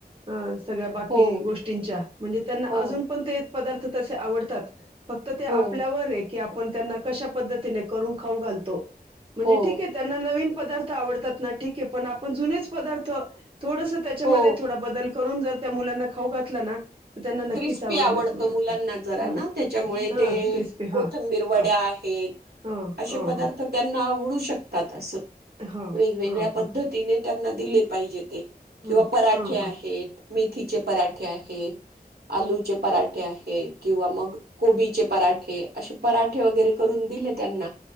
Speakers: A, on the right; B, on the right.
A: अ सगळ्या बाकी
B: हो
A: गोष्टींच्या म्हणजे त्यांना
B: हो
A: अजून पण ते पदार्थ तशे आवडतात. फक्त ते आपल्यावरय
B: हो
A: की आपण त्यांना कश्या पद्धतीनें करून खाऊ घालतो. म्हणजे
B: हो
A: ठीक आहे त्यांना नवीन पदार्थ आवडतात ना ठीक प की पण आपण जुनेच पदार्थ थोडस त्यांच्यामध्ये
B: हो
A: थोडा बदल करून जर त्या मुलांना खाऊ घातला ना तर त्यांना
B: क्रिस्पी
A: नक्कीच आवडेल
B: आवडतं
A: असं मला वाटतंय.
B: मुलांना जरा,
A: हा.
B: ना त्याच्यामुळे
A: हा
B: ते
A: क्रिस्पी
B: कोथंबीर
A: हा
B: वड्या
A: हा
B: आहेत,
A: हा
B: असे
A: हा
B: पदार्थ
A: हा
B: त्यांना आवडू श कतात असं.
A: हा
B: वेगवेगळ्या
A: हा
B: पद्धतीने
A: हा
B: त्यांना दिले पाहिजे ते
A: हा
B: किंवा पराठे
A: हा हा
B: आहेत,
A: हा
B: मेथीचे पराठे आहेत. आलूचे परा ते आहेत. किंवा मग कोबीचे परा ठे अशे पराठे वगैरे करून दिलेत त्यांना